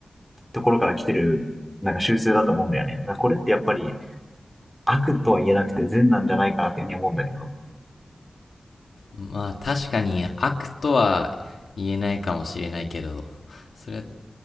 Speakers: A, in the centre; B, on the left (about 85°).
A: ところから来てる、なんか習性だと思うんだよね。これってやっぱり悪とは言えなくて善なんじゃないかなっていうふうに思うんだけど。
B: う。まあ確かに悪とは言えないかもしれないけど、それは